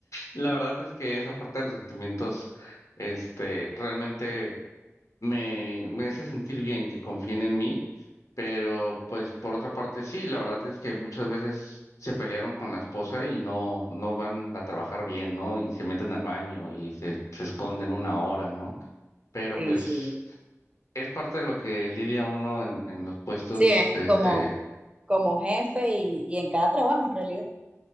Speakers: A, on the left (about 85°); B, on the right (about 20°).
A: la verdad es que esa parte de los sentimientos, este, realmente me, me hace sentir bien que confíen en mí, pero pues por otra parte sí, la verdad es que muchas veces se pelearon con la esposa y no, no van a trabajar bien, ¿no? Y se meten al baño y se, se esconden una hora, ¿no? Pero
B: Sí,
A: pues
B: sí.
A: es parte de lo que lidia uno en, en los puestos,
B: Sí, eh,
A: este,
B: como, como jefe y, y en cada trabajo en realidad.